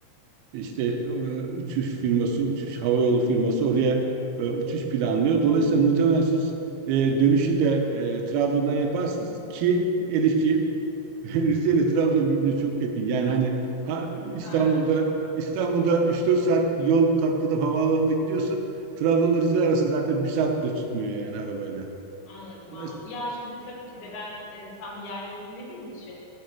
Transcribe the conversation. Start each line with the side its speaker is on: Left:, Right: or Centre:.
Right: işte e, uçuş firması, uçuş havayolu firması oraya e, uçuş planlıyor. Dolayısıyla muhtemelen siz e, dönüşü de e, Trabzon'dan yaparsınız ki Elifçi <laughs> Rize ile Trabzon birbirine çok yakın. Yani hani ha, İstanbul'da
Left: Ha, doğru.
Right: İstanbul'da 3-4 saat yol katladım havaalanına gidiyorsun. Trabzon'la Rize arası zaten bir saat bile tutmuyor yani arabayla.
Left: Anladım,
Right: Dolayısıyla
Left: anladım. Ya şimdi tabii ki de ben e, tam yerleri bilmediğim için